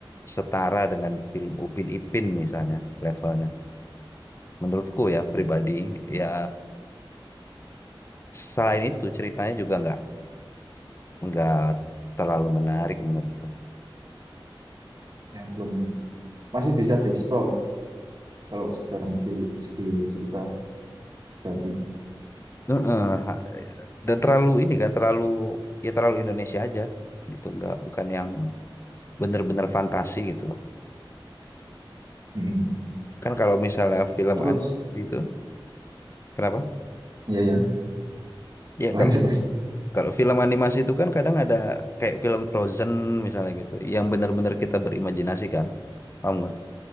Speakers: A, on the left; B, on the right.
A: setara dengan film Upin Ipin misalnya levelnya. Menurutku ya pribadi ya selain itu ceritanya juga nggak nggak terlalu menarik menurutku.
B: yang belum masih bisa dieksplor kalau dalam di segi cerita kan berarti
A: Heeh, dan terlalu ini kan terlalu ya terlalu Indonesia aja gitu nggak bukan yang bener-bener fantasi gitu loh
B: Mm-mm.
A: kan kalau misalnya film
B: terus
A: animasi itu kenapa
B: ya ya
A: ya
B: <laughs> lanjut
A: kalau
B: terus
A: kalau film animasi itu kan kadang ada kayak film Frozen misalnya gitu yang bener-bener kita berimajinasi kan paham nggak